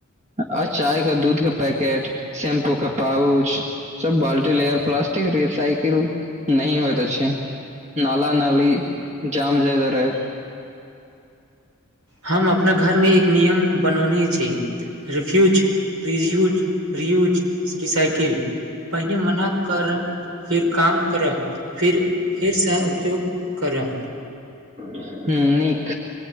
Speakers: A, on the right; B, on the right.
A: आ चाय के दूध के पैकेट। शैम्पू के पाउच। सब बाल्टी लेयर प्लास्टिक रिसाइकिल नहि होइत अछि नाला नाली जाम जायदा रहैत।
B: हम अपना घरमे एक नियम बनौने छी। रिफ्यूज रियूज रियूज रिसाइकिल पहिने मना कर फिर काम करऽ फिर फेरसँ उपयोग करऽ।
A: हुँ नीक